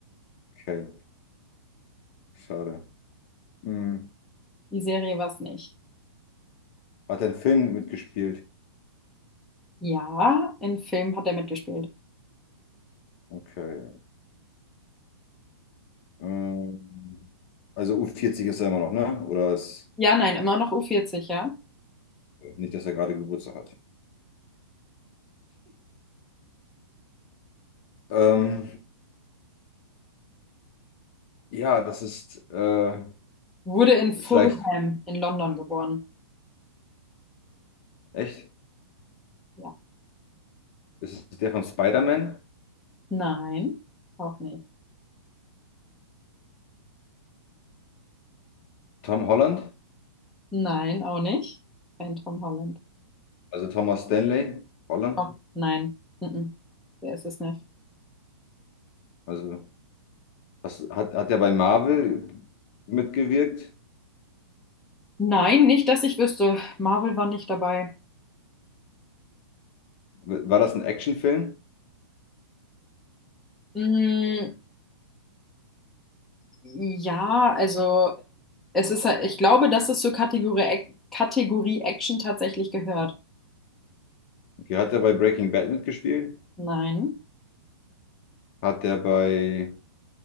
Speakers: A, on the left; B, in the centre.
A: Okay, schade. Hm.
B: die Serie war es nicht.
A: Hat er einen Film mitgespielt?
B: Ja, in Film hat er mitgespielt.
A: Okay. Ähm, also u vierzig ist er immer noch, ne? Oder ist
B: Ja, nein, immer noch U40, ja.
A: nicht, dass er gerade Geburtstag hat? Ähm, ja, das ist äh,
B: Wurde in Fulham
A: vielleicht
B: in London geboren.
A: echt.
B: Ja.
A: Das ist der von Spider-Man,
B: Nein, auch nicht.
A: Tom Holland,
B: Nein, auch nicht. Kein Tom Holland.
A: also Thomas Stanley, Holland.
B: Auch nein. Mhm. Der ist es nicht.
A: Also was, hat, hat er bei Marvel mitgewirkt?
B: Nein, nicht, dass ich wüsste. Marvel war nicht dabei.
A: War das ein Actionfilm?
B: Mm, ja, also es ist, ja, ich glaube, dass es zur Kategorie, Kategorie Action tatsächlich gehört.
A: Okay, hat er bei Breaking Bad mitgespielt?
B: Nein,
A: Hat er bei